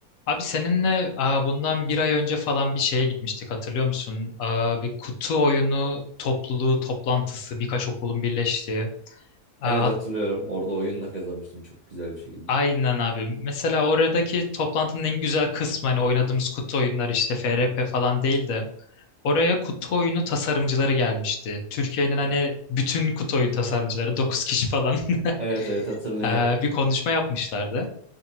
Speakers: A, on the left (about 70°); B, on the right (about 55°).
A: Abi seninle aa, bundan bir ay önce falan bir şeye gitmiştik hatırlıyor musun? Aa, bir kutu oyunu topluluğu toplantısı birkaç okulun birleştiği. Aa,
B: Evet
A: hat-
B: hatırlıyorum. Orada oyunla kazanmıştım çok güzel bir şekilde.
A: aynen abi. Mesela oradaki toplantının en güzel kısmı hani oynadığımız kutu oyunları işte FRP falan değil de oraya kutu oyunu tasarımcıları gelmişti. Türkiye'nin hani bütün kutu oyun tasarımcıları 9 kişi falan
B: Evet evet hatırlıyorum.
A: <laughs> aa,
B: <laughs>
A: bir konuşma yapmışlardı.